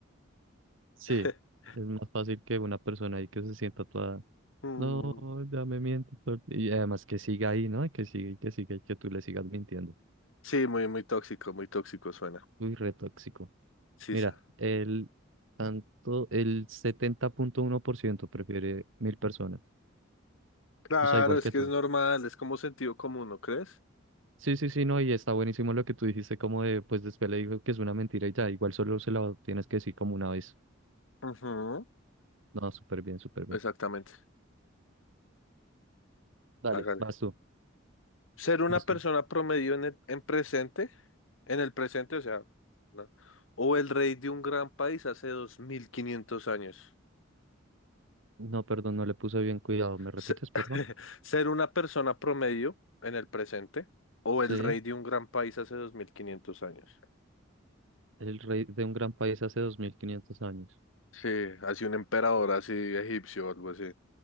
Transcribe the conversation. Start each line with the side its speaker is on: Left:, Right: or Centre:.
Right: Sí,
Left: <laughs>
Right: es más fácil que una persona ahí que se sienta toda,
Left: Mm,
Right: no, ya me miente todo el ti-". Y además que siga ahí, ¿no? Que siga y que siga y que tú le sigas mintiendo.
Left: Sí, muy, muy tóxico, muy tóxico suena.
Right: Uy, re tóxico.
Left: Sisa.
Right: Mira, el tanto, el setenta punto uno por ciento prefiere mil personas.
Left: Claro,
Right: O sea, igual
Left: es
Right: que
Left: que
Right: tú.
Left: es normal, es como sentido común, ¿no crees?
Right: Sí, sí, sí, no, y está buenísimo lo que tú dijiste, como de, pues después le digo que es una mentira y ya, igual solo se la tienes que decir como una vez.
Left: Ujú,
Right: No, súper bien, súper bien.
Left: Exactamente.
Right: Dale,
Left: Hágale.
Right: vas tú,
Left: Ser una
Right: vas
Left: persona
Right: tú.
Left: promedio en el- en presente, en el presente, o sea, ¿no? O el rey de un gran país hace 2500 años.
Right: No, perdón, no le puse bien cuidado. ¿Me repites,
Left: Se-
Right: por
Left: <laughs>
Right: favor?
Left: Ser una persona promedio en el presente o
Right: Sí,
Left: el rey de un gran país hace 2500 años.
Right: el rey de un gran país hace 2500 años.
Left: Sí, así un emperador así egipcio o algo así.